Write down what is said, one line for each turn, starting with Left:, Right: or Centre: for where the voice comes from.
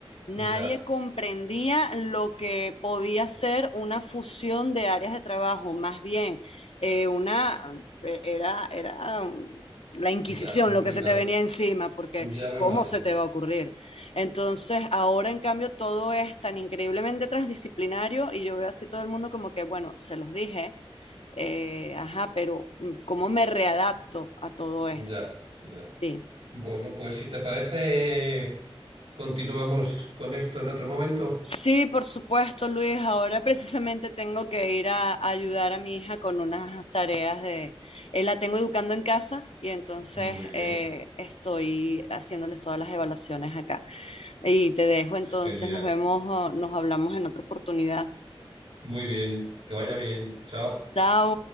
Left: Nadie
Right: Ya,
Left: comprendía lo que podía ser una fusión de áreas de trabajo, más bien, eh, una, eh, era, era um, la Inquisición
Right: ya, complicadísimo.
Left: lo que se te venía encima, porque
Right: Ya me
Left: ¿cómo
Right: imagino.
Left: se te va a ocurrir? Entonces, ahora en cambio todo es tan increíblemente transdisciplinario y yo veo así todo el mundo como que, bueno, se los dije, eh, ajá, pero mm, ¿cómo me readapto a todo esto?
Right: Ya, ya.
Left: Sí.
Right: Bueno, pues si te parece, continuamos con esto en otro momento.
Left: Sí, por supuesto, Luis. Ahora precisamente tengo que ir a, a ayudar a mi hija con unas tareas de... eh, la tengo educando en casa y entonces
Right: Muy bien,
Left: eh, estoy haciéndoles todas las evaluaciones acá. Y te dejo entonces,
Right: genial.
Left: nos vemos, o nos hablamos en otra oportunidad.
Right: Muy bien, que vaya bien. Chao.
Left: Chao.